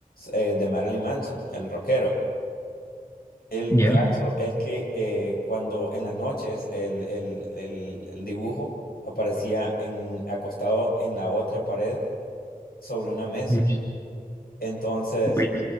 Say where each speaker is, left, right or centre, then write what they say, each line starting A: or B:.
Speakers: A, on the left; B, on the left.
A: eh, de Marilyn Manson, el rockero. El
B: ya.
A: caso es que eh, cuando en las noches el, el- el- el dibujo aparecía en, acostado en la otra pared sobre una mesa.
B: Uy.
A: Entonces
B: Uy.